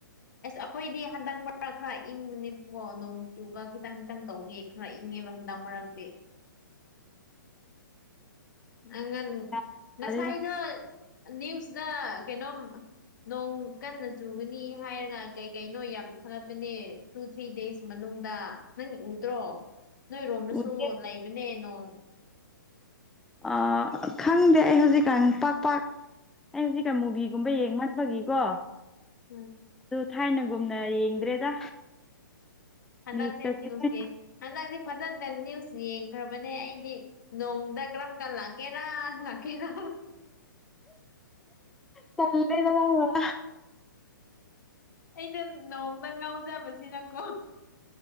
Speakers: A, on the left; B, in the centre.
A: ꯑꯁ ꯑꯩꯈꯣꯏꯗꯤ ꯍꯟꯗꯛ ꯃꯔꯛ ꯈꯔ ꯏꯪꯕꯅꯦꯕꯀꯣ ꯅꯣꯡ ꯆꯨꯕ ꯈꯤꯇꯪ ꯈꯤꯇꯪ ꯇꯧꯕꯤꯌꯦ ꯈꯔ ꯏꯪꯉꯦꯕ ꯍꯟꯗꯛ ꯃꯔꯛꯇꯤ ꯑꯉꯟ
B: ꯒ꯭ꯌꯥꯟ ꯇꯥꯗꯦꯗ
A: ꯉꯁꯥꯏꯗꯣ ꯅ꯭ꯌꯨꯁꯇ ꯀꯩꯅꯣꯝ ꯅꯣꯡ ꯀꯟꯅ ꯆꯨꯒꯅꯤ ꯍꯥꯏꯔꯒ ꯀꯩ ꯀꯩꯅꯣ ꯌꯥꯝ ꯊꯥꯒꯠꯄꯅꯦ ꯇꯨ ꯊ꯭ꯔꯤ ꯗꯦꯖ ꯃꯅꯨꯡ ꯅꯨꯡꯗ ꯅꯪ ꯎꯗ꯭ꯔꯣ ꯅꯣꯏꯔꯣꯝꯗꯁꯨ
B: ꯎꯗꯦ
A: ꯂꯩꯕꯅꯦ ꯅꯣꯡ
B: ꯑꯥ ꯈꯪꯗꯦ ꯑꯩ ꯍꯧꯖꯤꯛꯀꯥꯟ ꯄꯥꯛꯄꯥꯛꯥꯛ ꯑꯩ ꯍꯧꯖꯤꯛꯀꯥꯟ ꯃꯨꯚꯒꯨꯝꯕ ꯌꯦꯡꯃꯟ ꯆꯒꯤꯀꯣ
A: ꯎꯝ
B: ꯑꯗꯨ ꯊꯥꯏꯅꯒꯨꯝꯅ ꯌꯦꯡꯗ꯭ꯔꯦꯗ
A: ꯍꯟꯗꯛꯁꯦ
B: ꯅ꯭ꯌꯨꯁꯀꯁꯦ
A: ꯅꯤꯌꯨꯁꯗꯦ
B: ꯂꯣꯏ
A: ꯍꯟꯗꯛ ꯐꯖꯅ ꯅ꯭ꯌꯨꯁ ꯌꯦꯡꯈ꯭ꯔꯕꯅꯦ ꯑꯩꯗꯤ ꯅꯣꯡꯗ ꯀꯔꯝ ꯀꯥꯟ ꯂꯥꯛꯀꯦꯔꯥ ꯂꯥꯛꯀꯦꯔꯥ
B: ꯇꯜꯂꯦꯗ ꯅꯪꯅ
A: ꯑꯩꯅ ꯅꯣꯡꯗ ꯉꯥꯎꯖꯕꯁꯤꯅꯀꯣ